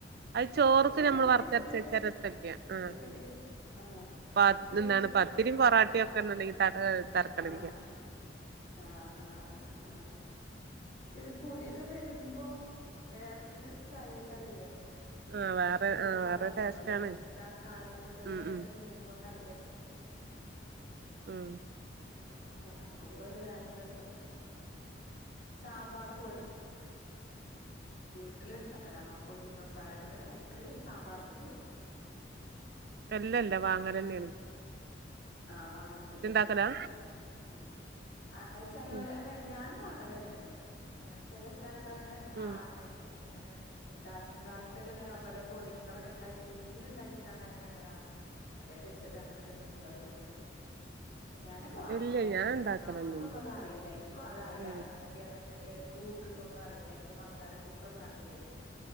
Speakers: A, on the right; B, on the left.
A: അത്
B: ഒന്ന്
A: ചോർക്ക്
B: വെച്ചോക്കൊണ്ടി
A: നമ്മൾ വറുത്തരച്ച്
B: ഒരീസം ഒന്ന് വെ
A: വെച്ചാ രസല്ല ആ
B: ച്ചോക്കണ്ടി ആഹ്,
A: പ
B: ഒന്ന് കഴിച്ചു
A: എന്താണ് പത്തിരിയും പൊറാട്ടയും ഒക്കെ ഉണ്ടെങ്കിൽ ത തരക്കടില്ല
B: ആഹ്. ആഹ് ആഹ് ആഹ്. ചെത് പുളിയൊക്കെ വെരുമ്പോം വേറൊരു ചായായ്റ്റാ വെര്ആ.
A: ആ വേറെ
B: പുളിയൊക്കെ
A: ആ
B: പാരൂലേ
A: വേറെ ടേസ്റ്റ്
B: അമ്മള്
A: ആണ്
B: തക്കാളിം പുളിയൊക്കെ
A: ഉം
B: ഇട്ട്
A: ഉം
B: വരുമ്പോ കറിവേ
A: ഉം.
B: ആഹ് വറ്ക്കുമ്പോരു വേറെ രസം വെരും സാമ്പാറ് പൊടി വീട്ടില് ണ്ടാക്കലാണോ പൊടി മസാലകള് അയ്ക്ക് സാമ്പാർക്ക്?
A: അല്ലല്ല വാങ്ങലെന്നേണ്.
B: ആഹ് വാനത്തിലെ
A: ഇണ്ടാക്കലാ
B: ആഹ് ആഹ് ആഹ് അഅ്‌ ചെലൊല്
A: ഉം
B: അലെ ഞാനും വാങ്ങലന്നേണ് എഹ് ചെലേ ആൾക്കാരോക്കെങ്ങനെ കാൻണേയ്
A: ഉം
B: ഇങ്ങനെ ണ്ടാക്കി കാണ്ടൊക്കെങ്ങനെ ഓരോ പൊടികളൊക്കണ്ടാക്കി വീട്ടില്ണ്ടാക്കിങ്ങാണ്ടങ്ങനെട്ണ് കാണാ. അതെ ച്ചോയ്ച്ചത് അങ്ങനെടെല്ണ്ടോ ചോയി ക്ക, ഞാനൊക്കെ വാങ്ങലെന്നെ
A: ഇല്ല ഞാൻ ഇണ്ടാക്കലൊന്നുല്ല
B: ആഹ് അമ്മക്കോന്നത് അറീലാ ഇൻക്കു അത് അറീലാ
A: ഉം
B: ‌ അഅ്‌ ങ്ങനെ ക്കേണ് എന്തൊക്കെ കൂട്ട് ന്നൊന്നും അറീലാ അയിന്റെ മസാല കൂട്ടൊന്നു അറീലേയ്